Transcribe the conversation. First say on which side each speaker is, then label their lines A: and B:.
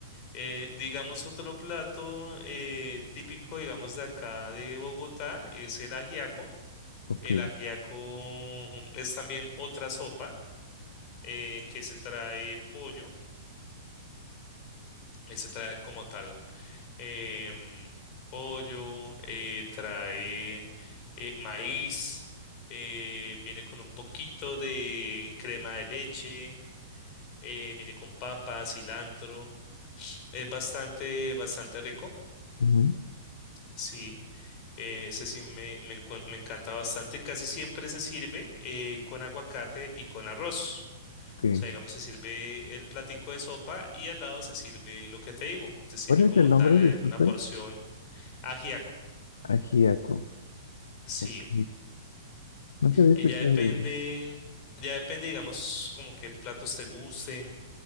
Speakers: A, on the left (about 35°); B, on the left (about 65°).
A: Eh, digamos, otro plato eh, típico, digamos, de acá de Bogotá es el ajiaco.
B: ok,
A: El ajiaco es también otra sopa eh, que se trae pollo, eh, se trae como tal em, pollo, eh, trae eh, maíz, eh, viene con un poquito de crema de leche, eh, viene con papa, cilantro, es bastante, bastante rico.
B: ujú,
A: Sí, eh, ese sí me, me encuen- me encanta bastante. Casi siempre se sirve eh, con aguacate y con arroz.
B: ok.
A: O sea, digamos, se sirve el platico de sopa y al lado se sirve lo que te digo. Se sirve
B: ¿Cuál es
A: como
B: el nombre?
A: tal eh,
B: Disculpe.
A: una porción ajiaco.
B: Ajíaco.
A: Sí.
B: Ok. Nunca había
A: Y
B: escuchado
A: ya depende,
B: de ello.
A: ya depende, digamos, como qué platos te gusten.